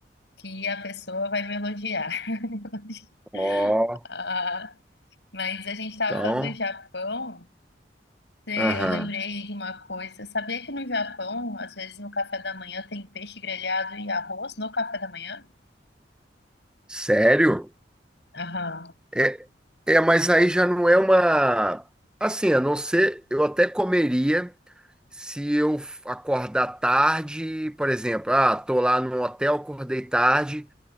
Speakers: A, on the left (about 70°); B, in the centre.
A: que a pessoa vai me elogiar. <laughs>
B: Ó,
A: Ah, Mas a gente estava
B: então,
A: falando do Japão, cê-
B: aham.
A: eu lembrei de uma coisa. Sabia que no Japão, às vezes no café da manhã, tem peixe grelhado e arroz no café da manhã?
B: Sério?
A: Aham,
B: É, é, mas aí já não é uma assim, a não ser eu até comeria Se eu acordar tarde, por exemplo, ah, tô lá no hotel, acordei tarde,